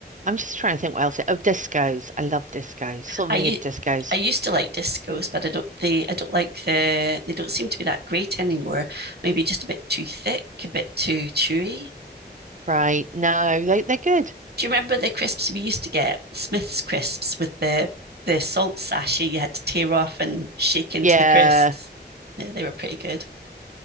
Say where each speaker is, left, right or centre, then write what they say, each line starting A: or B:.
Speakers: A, on the right; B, on the right.
A: I'm just trying to think what else. Oh, discos. I love discos. Salt and
B: I,
A: vinegar discos.
B: I used to like discos, but I don't they I don't like the they don't seem to be that great anymore. Maybe just a bit too thick, a bit too chewy.
A: Right. No, they they're good.
B: Do you remember the crisps we used to get? Smith's crisps with the the salt sachet you had to tear off and shake into
A: Yeah.
B: the crisps. Yeah, they were pretty good.